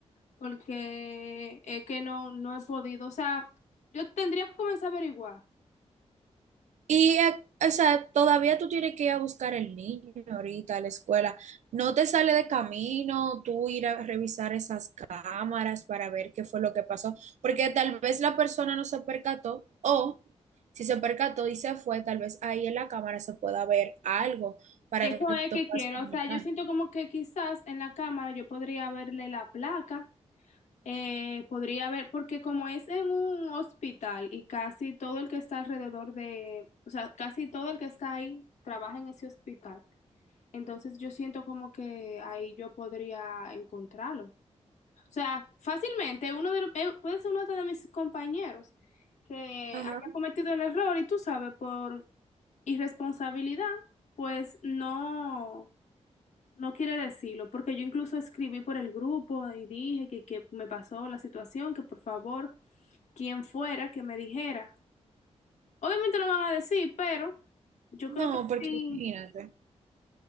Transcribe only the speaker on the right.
Y, eh, o sea, todavía tú tienes que ir a buscar el niño ahorita a la escuela. No te sale de camino tú ir a revisar esas cámaras para ver qué fue lo que pasó, porque tal vez la persona no se percató o si se percató y se fue, tal vez ahí en la cámara se pueda ver algo para
que
tú
puedas
comunicar.
Ajá.
No,
porque
imagínate.